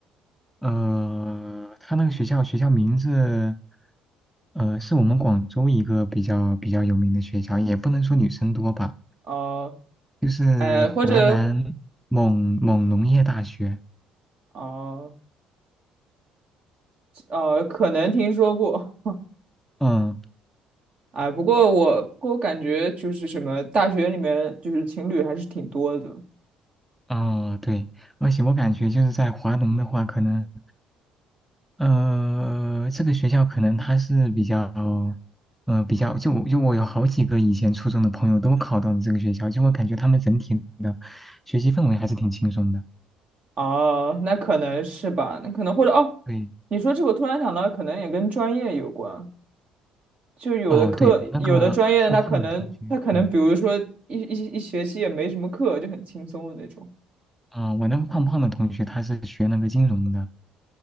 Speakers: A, in the centre; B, on the right.
A: 呃，他那个学校学校名字，呃，是我们广州一个比较比较有名的学校，也不能说女生多吧，
B: 哦、
A: 就是华南某某农业大学。
B: 哎，或者哦呃，呃可能听说过。
A: 嗯，
B: 哎，不过我不过我感觉就是什么大学里面就是情侣还是挺多的。
A: 哦，对，而且我感觉就是在华农的话，可能，呃，这个学校可能它是比较，呃，比较就就我有好几个以前初中的朋友都考到了这个学校，就我感觉他们整体学习氛围还是挺轻松的。
B: 哦，那可能是吧，那可能或者哦，
A: 对，
B: 你说这个我突然想到，可能也跟专业有关。就有的课，
A: 哦，对，我那个胖胖的同学，
B: 有的专业，他可能他可能，
A: 对，
B: 比如说一一一学期也没什么课，就很轻松的那种。
A: 嗯、我那个胖胖的同学他是学那个金融的，